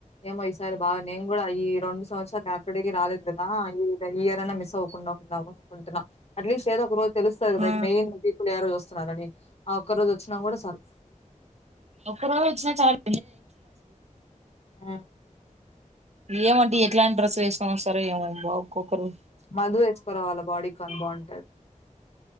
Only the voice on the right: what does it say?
ఆ
ఒక్క రోజొచ్చినా చాలు
ఏమంటే ఎట్లాంటి డ్రెస్సులు వేసుకోని వస్తారో ఏమ బా ఒక్కొక్కరు